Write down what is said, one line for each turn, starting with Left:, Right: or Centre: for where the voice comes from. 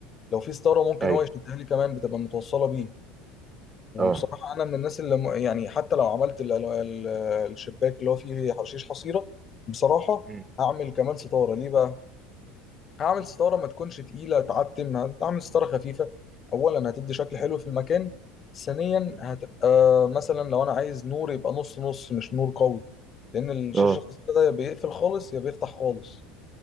Left: لو في ستاره ممكن
Right: ايوه
Left: هو يشدها لي كمان بتبقى متوصله بيه وبصراحة
Right: اه
Left: أنا من الناس اللي م- يعني حتى لو عملت ال- ال- الشباك اللي هو فيه حشيش حصيرة بصراحة
Right: مم.
Left: هعمل كمان ستارة ليه بقى؟ هعمل ستارة ما تكونش تقيلة تعتم هعمل ستارة خفيفة أولا هتدي شكل
Right: مم.
Left: حلو في المكان ثانيا
Right: مم.
Left: هتبقى مثلا لو أنا عايز نور يبقى نص نص مش نور قوي لأن الشيش
Right: اه
Left: الحصيرة ده يا بيقفل خالص يا بيفتح خالص